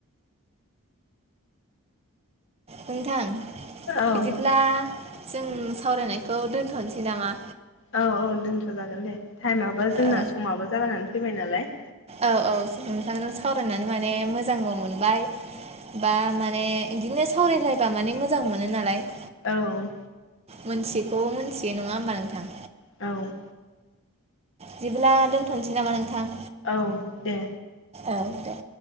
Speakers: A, on the right (about 30°); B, on the left (about 55°).
A: नोंथां
B: औ औ
A: बिदिब्ला जों सावरायनायखौ दोनथ'नोसै नामा?
B: औ औ दोनथ' जागोन दे टाइमाबो जोंना
A: औ
B: समाबो जानानै फैबाय नालाय
A: औ औ नोंथांनो सावरायनानै माने मोजांबो मोनबाय। बा माने बिदिनो सावरायलायबा माने मोजां मोनो नालायो
B: औ।
A: मोनथियिखौ मोनथियो नङा होमबा नोंथां।
B: औ
A: बिदिब्ला दोनथ'नोसै नामा नोंथां।
B: औ दे।
A: औ दे।